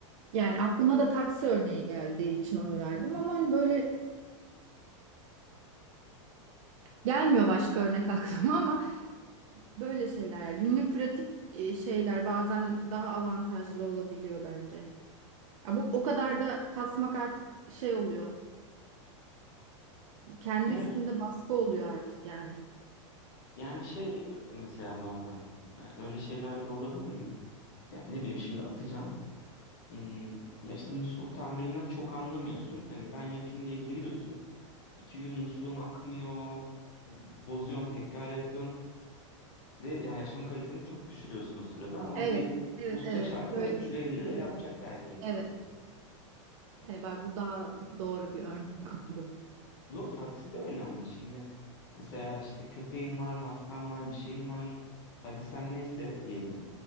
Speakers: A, on the right; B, on the left.
A: Yani aklıma da taksi örneği geldiği için onu verdim ama hani böyle gelmiyor başka örnek <laughs> aklıma ama böyle şeyler yani günlük pratik e, şeyler bazen daha avantajlı olabiliyor bence. Ya bu o kadar da kasmak artık şey oluyor. Kendi
B: Evet
A: üstünde baskı oluyor artık yani.
B: yani şey e, mesela bazen e, öyle şeyler de olabilir mi? Ya ne bileyim şimdi atacağım. Hmm, ya işte musluk tamirinden çok anlamıyorsun. Hani ben yapayım diye giriyorsun. İki gün musluğun akmıyor. Bozuyorsun tekrar yapıyorsun. Ve yani yaşam kaliteni çok düşürüyorsun o sırada ama
A: Evet,
B: bir
A: evet,
B: usta
A: evet.
B: çağırsan
A: Böyle
B: 350
A: şeyler
B: lira yapacak
A: olabilir.
B: belki yani.
A: Evet. E, bak bu daha doğru bir örnek oldu.
B: Yo taksi de öyle ama şimdi mesela işte köpeğin var, hastan var, bir şeyin var. Hadi sen neyse diyelim.